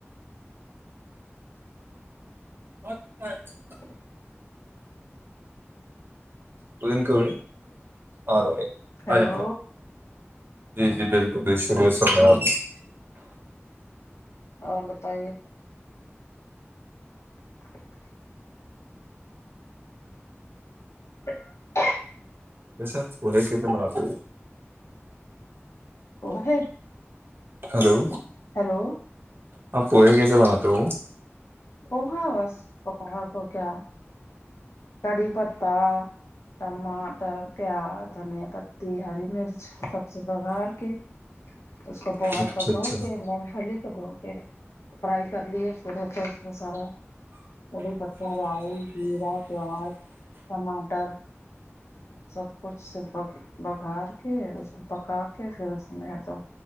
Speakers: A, on the right (about 50°); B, on the left (about 75°).
A: اچ اچھا
B: ہ <unintelligible> <inaudible>
A: وہ دن کے آ آ
B: ہیلو
A: ج جی جی بالکل دش ر سب آپ
B: اور بتائیے <inaudible> <unintelligible> ال <unintelligible> <inaudible>
A: ویسا وہ ہے کیسے بلاتے
B: ا ہے <unintelligible>
A: ہلو
B: ہیلو
A: ہپ پوہ کیسے بناتے ہو
B: پوہا بس پوہا کو کیا کڑھی پتتا ٹماٹر پیاز دھنیا پتی ہری مرچ سب سے بگار کے اس کو پوہات
A: اچھا
B: کو
A: اچھا
B: دھو کے مونگ پھلی دھو کے فرائی کر لیے پھر ا اس میں سارا کڑھی پت ر جیرا پیاز ٹماٹر سب کچھ سے ب بگھار کے اس پکا کے پھر اس میں ہے تو